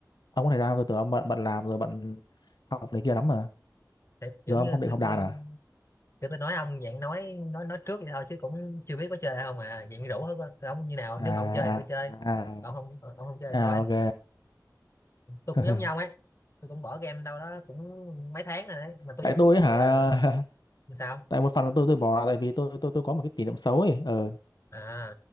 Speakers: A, on the left; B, on the left.
A: Ông có thời gian không? tôi tưởng ông bận bận làm rồi bận học này kia lắm mà.
B: Thì kiểu
A: Giờ ông
B: như
A: không định
B: tôi
A: học đàn
B: tôi
A: à?
B: Kiểu tôi nói ông dạng nói nói nói trước vậy thôi chứ cũng chưa biết có chơi không à dạng rủ thôi ông như nào
A: À
B: nếu mà ông chơi thì tôi
A: à
B: chơi
A: à,
B: còn không ờ, ông không chơi
A: à
B: thì thôi
A: ok.
B: tôi cũng
A: <laughs>
B: giống nhau ấy tôi cũng bỏ game đâu đó cũng mấy tháng rồi đấy mà tôi
A: tại
B: vẫn
A: tôi ấy
B: gọi
A: hả
B: là sao
A: <laughs> tại một phần là tôi tôi bỏ là tại vì tôi tôi tôi có một cái kỷ niệm xấu ấy ờ
B: à